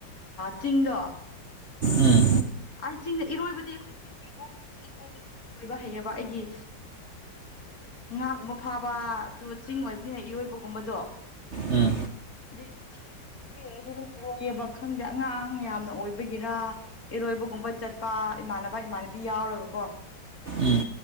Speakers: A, on the left; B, on the right.
A: ꯆꯤꯡꯗꯣ
B: ꯎꯝ
A: ꯑꯩ ꯆꯤꯡꯗ ꯏꯔꯣꯏꯕꯗꯤ ꯑꯩꯈꯣꯏ ꯆꯤꯡꯒꯤ ꯂꯣꯒꯨꯝꯕꯗꯤ ꯏꯔꯣꯏꯕꯗꯤ ꯑꯗꯨꯝ ꯂꯣꯏꯕ ꯍꯩꯌꯦꯕ ꯑꯩꯒꯤ ꯉꯥꯒꯨꯝꯕ ꯐꯥꯕ ꯑꯗꯨ ꯆꯤꯡ ꯑꯣꯏꯕꯅꯤꯅ ꯏꯔꯣꯏꯕꯒꯨꯝꯕꯗꯣ
B: ꯎꯝ
A: ꯑꯗꯤ ꯅꯨꯄꯤ ꯑꯣꯏꯔꯁꯨ ꯑꯗꯨꯝ ꯏꯔꯣꯏꯌꯦꯕ ꯈꯪꯗꯦ ꯑꯉꯥꯡ ꯌꯥꯝꯅ ꯑꯣꯏꯕꯒꯤꯔ ꯏꯔꯣꯏꯕꯒꯨꯝꯕ ꯆꯠꯄ ꯏꯃꯥꯟꯅꯕ ꯏꯃꯥꯟꯅꯕꯤ ꯌꯥꯎꯔꯒꯀꯣ
B: ꯎꯝ